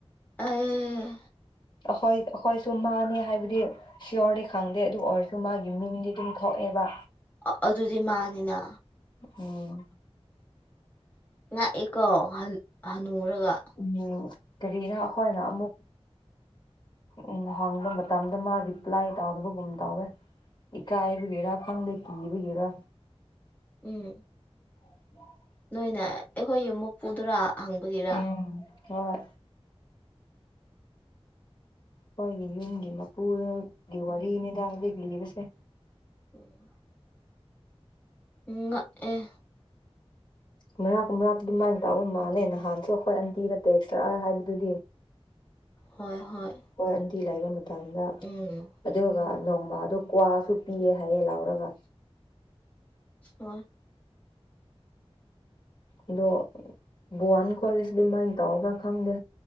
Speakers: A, on the left; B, on the left.
A: ꯑꯩ
B: ꯑꯈꯣꯏ ꯑꯈꯣꯏꯁꯨ ꯃꯥꯅꯦ ꯍꯥꯏꯕꯗꯤ ꯁꯤꯌꯣꯔꯗꯤ ꯈꯪꯗꯦ ꯑꯗꯨ ꯑꯣꯏꯔꯁꯨ ꯃꯥꯒꯤ ꯃꯤꯡꯗꯤ ꯇꯨꯝꯊꯣꯛꯑꯦꯕ
A: ꯑ ꯑꯗꯨꯗꯤ ꯃꯥꯟꯅꯤꯅ
B: ꯑꯣ
A: ꯉꯛꯏꯀꯣ ꯍꯟ ꯍꯟꯅꯨꯔꯒ
B: ꯎꯝ ꯀꯔꯤꯔꯥ ꯑꯈꯣꯏꯅ ꯑꯃꯨꯛ ꯎꯝ ꯍꯪꯕ ꯃꯇꯝꯗ ꯃꯥꯒꯤ ꯄ꯭ꯂꯥꯏ ꯇꯥꯎꯗꯕꯒꯨꯝ ꯇꯧꯋꯦ ꯏꯀꯥꯏꯕꯒꯤꯔ ꯈꯪꯗ‌ꯦ ꯀꯤꯕꯒꯤꯔ
A: ꯎꯝ
B: <inaudible>
A: ꯅꯣꯏꯅ ꯑꯩꯈꯣꯏ ꯌꯨꯝ ꯃꯄꯨꯗꯨꯗ ꯍꯪꯕꯒꯤꯔꯥ
B: ꯎꯝ ꯍꯣꯏ ꯈꯣꯏꯒꯤ ꯌꯨꯝꯒꯤ ꯃꯄꯨ <unintelligible> ꯒꯤ
A: ꯎꯝ
B: ꯋꯥꯔꯤꯅꯤꯗ ꯍꯧꯖꯤꯛ ꯂꯤꯕꯁꯦ
A: <inaudible> ꯉꯥꯛꯑꯦ
B: <unintelligible> ꯃꯥꯅ ꯇꯥꯕ ꯃꯥꯜꯂꯦ ꯅꯍꯥꯟꯁꯨ ꯑꯩꯈꯣꯏ ꯑꯟꯇꯤꯗ ꯇꯦꯛ ꯇꯧꯔꯛꯑꯒ ꯍꯥꯏꯕꯗꯨꯗꯤ
A: ꯍꯣꯏ ꯍꯣꯏ
B: ꯈꯣꯏ ꯑꯟꯇꯤ ꯂꯩꯕ ꯃꯇꯝꯗ
A: ꯎꯝ
B: ꯑꯗꯨꯒ ꯅꯣꯡꯃ ꯑꯗꯨ ꯀ꯭ꯋꯥꯁꯨ ꯄꯤꯑꯦ ꯍꯥꯏꯌꯦ ꯂꯥꯎꯔꯒ꯫
A: ꯑꯣ
B: ꯑꯗꯣ ꯕꯣꯋꯥꯟ ꯈꯣꯏꯗꯁꯨ ꯑꯗꯨꯃꯥꯏꯅ ꯇꯧꯕꯔ ꯈꯪꯗꯦ꯫